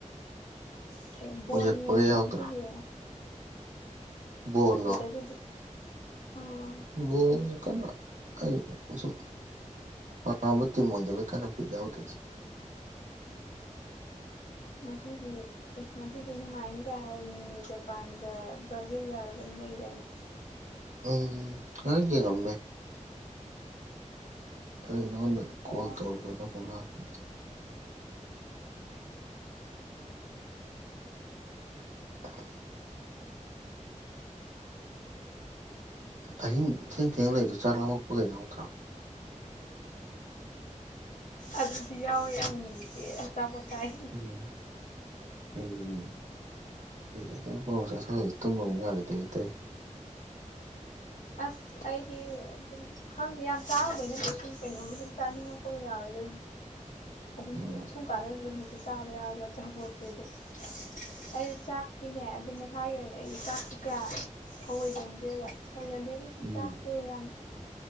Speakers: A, on the left; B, on the right.
A: ꯕꯣꯟ
B: ꯎꯏꯔꯛꯄꯒ
A: ꯌꯦꯡꯑꯣꯏꯗꯔꯣ
B: ꯌꯥꯎꯗ꯭ꯔꯣ
A: ꯉꯁꯤꯗꯤꯦ
B: ꯕꯣꯟꯂꯣ
A: ꯑꯗꯨꯗꯤ ꯑꯥ
B: ꯕꯣꯟꯗꯤ ꯀꯅ ꯑꯩꯁꯨ ꯄꯥꯝꯕꯥ ꯇꯤꯝ ꯑꯣꯏꯗꯕ ꯀꯥꯟꯅ ꯕꯤꯠ ꯌꯥꯎꯗꯦꯗꯥ
A: ꯃꯁꯤꯗꯤ ꯑꯦ ꯉꯁꯤꯗꯤ ꯅꯨꯡꯉꯥꯏꯅꯤ ꯀꯥꯏ ꯍꯥꯏꯅꯤꯅꯦ ꯖꯄꯥꯟꯒ ꯕ꯭ꯔꯥꯖꯤꯜꯒ ꯍꯥꯏꯕ ꯀꯩꯅꯣꯝ ꯂꯩꯗꯥꯏꯅꯦ
B: ꯎꯝ ꯈꯔ ꯌꯦꯡꯉꯝꯃꯦ ꯑꯗꯨꯗꯤ ꯅꯉꯣꯟꯗ ꯀꯣꯜ
A: ꯑꯣ
B: ꯇꯧꯔꯒ ꯑꯃꯨꯛ ꯂꯥꯛꯄ ꯖ <inaudible> ꯑꯍꯤꯡ ꯊꯦꯡ ꯊꯦꯡ ꯂꯩꯗꯨ ꯆꯥꯛ ꯂꯥꯝꯃꯛꯄꯒ ꯌꯥꯎꯗ꯭ꯔꯣ
A: ꯑꯗꯨꯗꯤ ꯌꯥꯎꯋꯦ ꯑꯃꯨꯃꯨꯛꯇꯤ ꯑꯆꯥꯄꯣꯠꯆꯥꯏ
B: ꯎꯝ ꯎꯝ <unintelligible> ꯆꯁꯜꯂꯥ ꯇꯨꯝꯕ ꯑꯃꯨꯛ ꯌꯥꯔꯣꯏꯗꯣꯏ ꯑꯇꯩ
A: ꯑꯁ ꯑꯩꯗꯤ ꯈꯪꯗꯦ ꯌꯥꯝ ꯆꯥꯕꯩ ꯅꯠꯇꯦ ꯁꯨꯝ ꯀꯩꯅꯣꯝꯃ ꯑꯗꯨꯝ ꯆꯥꯅꯤꯡꯉꯀꯣ ꯌꯥꯎꯋꯦꯗ ꯑꯗꯨꯝ ꯑꯗꯨꯝ
B: ꯎꯝ
A: ꯁꯨꯝ ꯀꯥꯟꯗꯁꯨ ꯑꯗꯨꯝ ꯍꯦꯛꯇ ꯆꯥꯕ ꯌꯥꯎꯏ ꯑꯆꯥꯄꯣꯠꯁꯦ ꯑꯗꯨꯝ ꯑꯩ ꯆꯥꯛꯇꯤꯅꯦ ꯑꯗꯨ ꯃꯁꯥꯒꯤ ꯑꯣꯏꯅ ꯑꯩꯒꯤ ꯆꯥꯛꯇꯤ ꯀꯌꯥ ꯊꯧꯑꯣꯏꯒꯟꯗꯦꯕ ꯊꯣꯏꯒꯟꯗꯦꯗꯤ ꯑꯗꯨꯁꯨ
B: ꯎꯝ
A: ꯆꯥꯛꯇꯣ ꯌꯥꯝ